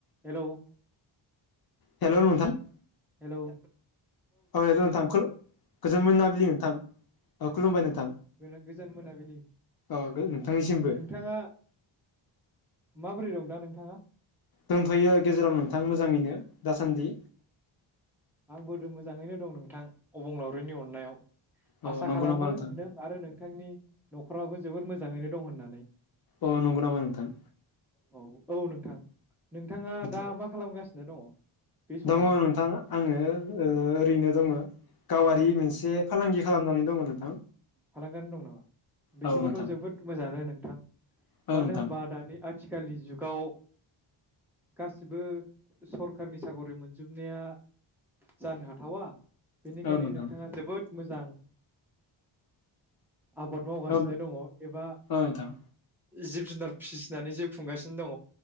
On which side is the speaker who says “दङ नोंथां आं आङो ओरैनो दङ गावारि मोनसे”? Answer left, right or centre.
Left